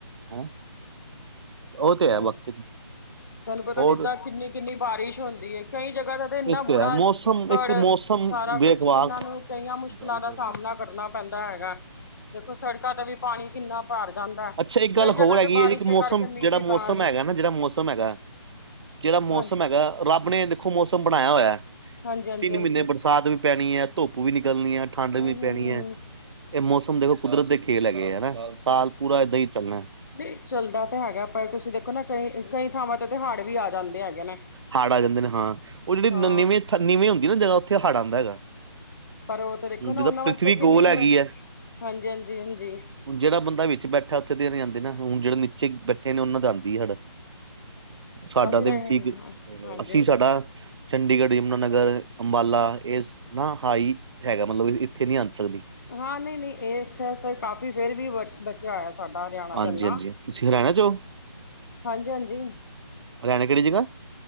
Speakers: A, on the right; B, on the left.
A: ਹੈਂ? ਉਹ ਤੇ ਹੈ
B: ਹੋਰ,
A: ਬਾਕੀ
B: ਤੁਹਾਨੂੰ ਪਤਾ,
A: ਹੋਰ
B: ਜਿੱਦਾਂ ਕਿੰਨੀ-ਕਿੰਨੀ ਬਾਰਿਸ਼ ਹੁੰਦੀ ਏ, ਕਈ ਜਗ੍ਹਾ ਦਾ ਤੇ ਇੰਨਾ
A: ਇਹ
B: ਬੁਰਾ
A: ਹੈ ਮੌਸਮ
B: ਹਾਲ, ਚਿੱਕੜ,
A: ਇੱਕ ਮੌਸਮ
B: ਸਾਰਾ
A: ਬੇਗਵਾਰ
B: ਕੁਛ ਕਿੰਨਾ ਨੂੰ ਕਈਆਂ ਮੁਸ਼ਕਿਲਾਂ
A: ਗੱਲ ਕਰਨ।
B: ਦਾ ਸਾਹਮਣਾ ਕਰਨਾ ਪੈਂਦਾ ਹੈਗਾ, ਦੇਖੋ, ਸੜਕਾਂ 'ਤੇ ਵੀ ਪਾਣੀ ਕਿੰਨਾ ਭਾਰ ਜਾਂਦਾ
A: ਅੱਛਾ ਇੱਕ ਗੱਲ
B: ਕਈ ਜਗ੍ਹਾ
A: ਹੋਰ
B: 'ਤੇ
A: ਹੈਗੀ
B: ਬਾਰਿਸ਼
A: ਹੈ ਜੀ ਕਿ
B: ਦੇ
A: ਮੌਸਮ
B: ਕਰਕੇ ਮੀਂਹ
A: ਜਿਹੜਾ
B: ਵੀ
A: ਮੌਸਮ
B: ਪੈਣ
A: ਹੈਗਾ ਨਾ, ਜਿਹੜਾ ਮੌਸਮ ਹੈਗਾ, ਜਿਹੜਾ ਮੌਸਮ
B: ਹਾਂਜੀ
A: ਹੈਗਾ ਰੱਬ ਨੇ ਦੇਖੋ ਮੌਸਮ ਬਣਾਇਆ ਹੋਇਆ,
B: ਹਾਂਜੀ ਹਾਂਜੀ
A: ਤਿੰਨ
B: ਹਾਂਜੀ
A: ਮਹੀਨੇ ਬਰਸਾਤ ਵੀ ਪੈਣੀ ਹੈ। ਧੁੱਪ ਵੀ ਨਿਕਲਣੀ ਹੈ, ਠੰਡ
B: ਹਮ
A: ਵੀ ਨੀ ਪੈਣੀ
B: ਹਮ ਹਮ
A: ਹੈ। ਐ ਮੌਸਮ ਦੇਖੋ, ਕੁਦਰਤ ਦੇ ਖੇਲ ਹੈਗੇ ਐ, ਹਨਾ, ਸਾਲ ਪੂਰਾ ਏਦਾਂ ਹੀ ਚੱਲਣਾ!
B: ਨਈ ਚੱਲਦਾ ਤਾਂ ਹੈਗਾ, ਪਰ ਤੁਸੀਂ ਦੇਖੋ ਨਾ ਕਈ, ਕਈ ਥਾਵਾਂ ਤੇ ਹਾੜ ਵੀ ਆ ਜਾਂਦੇ! ਹੈਗੇ ਨੇ
A: ਹਾੜ ਆ ਜਾਂਦੇ ਨੇ, ਹਾਂ, ਓ ਜੇਹੜੀ
B: ਹਾਂ
A: ਨੀਵੀਂ ਥਾਂ, ਨੀਵੀਂ ਹੁੰਦੀ ਨਾ ਜਗ੍ਹਾ, ਉੱਥੇ ਹੜ ਆਂਦਾ ਹੈਗਾ।
B: ਪਰ ਉ ਤੇ ਵੇਖੋ
A: ਹੁਣ
B: ਨਾ
A: ਜਿੱਦਾਂ
B: ਉਹਨਾਂ
A: ਪ੍ਰਿਥਵੀ
B: ਵਾਸਤੇ ਕਿੰਨੀ
A: ਗੋਲ ਹੈਗੀ
B: ਹਾਂਜੀ,
A: ਹੈ।
B: ਹਾਂਜੀ, ਹਾਂਜੀ!
A: ਜਿਹੜਾ ਬੰਦਾ ਵਿੱਚ ਬੈਠਾ ਉਥੇ ਤੇ ਨੀ ਆਂਦੀ ਨਾ, ਹੁਣ ਜਿਹੜੇ ਨੀਚੇ ਬੈਠੇ ਨੇ, ਉਹਨਾ ਦੇ ਆਂਦੀ ਹੜ। ਸਾਡਾ
B: ਅਸੀਂ
A: ਤੇ
B: ਤਾਂ
A: ਵੀ ਠੀਕ ਐ,
B: ਹਾਂਜੀ
A: ਅਸੀਂ ਸਾਡਾ ਚੰਡੀਗੜ੍ਹ ਯਮੁਨਾਨਗਰ, ਅੰਬਾਲਾ, ਇਹ ਸ ਨਾ ਹਾਈ ਹੈਗਾ, ਮਤਲਬ ਇੱਥੇ ਨਹੀਂ ਆਨ ਸਕਦੀ!
B: ਹਾਂ ਨਹੀਂ-ਨਹੀਂ ਇਹ ਇੱਥੇ ਸ--ਕਾਫੀ ਫੇਰ ਵੀ ਬਚਿਆ ਹੋਇਆ। ਸਾਡਾ ਹਰਿਆਣਾ ਤੇ
A: ਹਾਂਜੀ,
B: ਇਨਾ
A: ਹਾਂਜੀ। ਤੁਸੀਂ ਹਰਿਆਣਾ 'ਚ ਹੋ?
B: ਹਾਂਜੀ, ਹਾਂਜੀ।
A: ਹਰਿਆਣੇ ਕਿਹੜੀ ਜਗ੍ਹਾ?